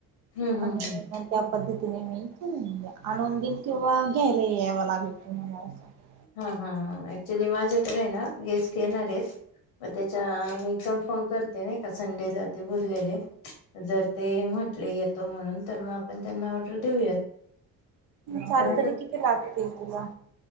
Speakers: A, on the left; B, on the right.
A: हम्म हम्म
B: आणि
A: हम्म
B: पण त्या पद्धती <unintelligible> आणून दीन किंवा घ्यायला यावं लागेल तुम्हाला. असं
A: हां हां हां, ऍक्च्युली माझ्याकडे आहे ना, गेस्ट येणार आहेत. मगं त्याच्या मी कम्फर्म करते नईका संडे जाते बोललेले, जर ते म्ह म्हटले येतो म्हणून तर मगं आपण त्यांना ऑर्डर देऊयात.
B: चालेल,
A: कारण
B: तरी
A: कस
B: किती लागतील तुला?